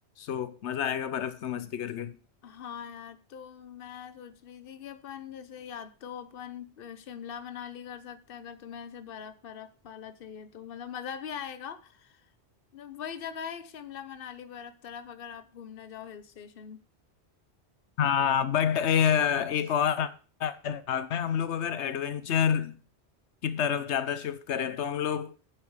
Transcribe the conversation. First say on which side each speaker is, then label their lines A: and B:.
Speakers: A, on the left; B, on the left.
A: सो मजा आएगा बर्फ में मस्ती करके
B: हाँ यार तो मैं सोच रही थी कि अपन जैसे या तो अपन अ, शिमला मनाली कर सकते हैं अगर तुम्हें ऐसे बर्फ बर्फ वाला चाहिए तो मतलब मजा भी आएगा मतलब वही जगह है शिमला मनाली बर्फ तरफ अगर आप घूमने जाओ हिल स्टेशन
A: हाँ बट एक और भाग में हम लोग अगर एडवेंचर की तरफ ज्यादा शिफ्ट करें तो हम लोग